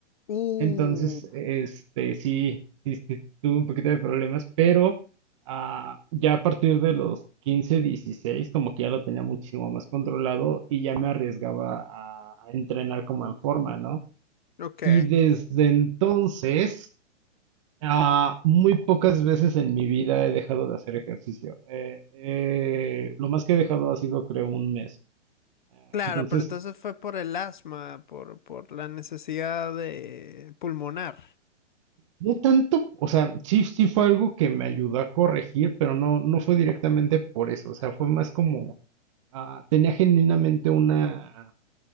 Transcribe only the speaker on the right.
Entonces, este, sí, sí, sí, tuve un poquito de problemas, pero ah, ya a partir de los 15, 16, como que ya lo tenía muchísimo más controlado y ya me arriesgaba a, a entrenar como en forma, ¿no?
Y desde entonces, ah, muy pocas veces en mi vida he dejado de hacer ejercicio. Eh, eh, lo más que he dejado ha sido, creo, un mes.
Entonces,
No tanto, o sea, sí, sí fue algo que me ayudó a corregir, pero no, no fue directamente por eso, o sea, fue más como, ah, tenía genuinamente una,